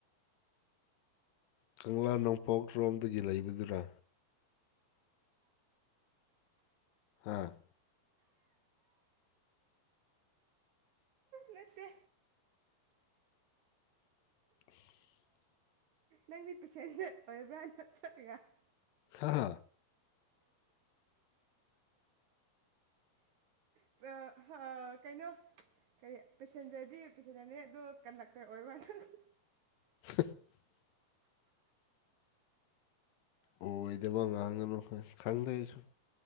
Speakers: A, on the left; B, on the right.
A: ꯀꯪꯂꯥ ꯅꯣꯡꯄꯣꯛ ꯔꯣꯝꯗꯥꯒꯤ ꯂꯩꯕꯗꯨꯔꯥ ꯍꯥꯥ
B: ꯅꯠꯇꯦ
A: <inaudible>
B: ꯅꯪꯗꯤ ꯄꯦꯁꯦꯟꯁꯦꯠ ꯑꯣꯏꯕ꯭ꯔꯥ ꯅꯠꯇ꯭ꯔꯒ <unintelligible>
A: ꯍꯥ
B: <unintelligible> <unintelligible> ꯀꯩꯅꯣ ꯀꯔꯤ ꯄꯦꯁꯦꯟꯖꯔꯗꯤ ꯄꯦꯁꯦꯟꯖꯔꯅꯦ ꯑꯗꯨꯗꯣ ꯀꯟꯗꯛꯇꯔ ꯑꯣꯏꯔ <unintelligible>
A: <inaudible> ꯑꯣꯏꯗꯕ ꯉꯥꯡꯒꯅꯨ ꯈꯪꯗꯦ ꯑꯩꯁꯨ